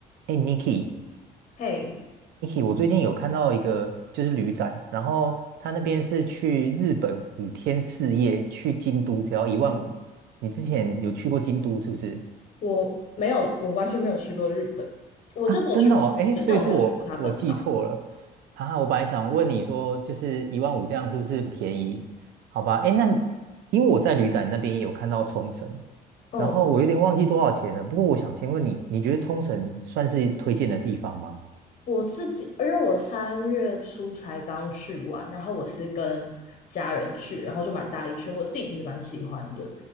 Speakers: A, on the right; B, on the left.
A: 哎，Niki，Niki，
B: 嘿，
A: 我最近有看到一个就是旅展，然后他那边是去日本五天四夜，去京都只要一万五。你之前有去过京都是不是？
B: 我没有，我完全没有去过日本，我就只有去过冲绳，
A: 啊，真的哦，哎，所以是我我记错了啊。
B: 但我没有去过它本岛。
A: 我本来想问你说，就是一万五这样是不是很便宜？好吧，哎，那因为我在旅展那边也有看到冲绳，
B: 嗯，
A: 然后我有点忘记多少钱了。不过我想先问你，你觉得冲绳算是推荐的地方吗？
B: 我自己，因为我三月初才刚去完，然后我是跟家人去，然后就蛮大一群，我自己其实蛮喜欢的，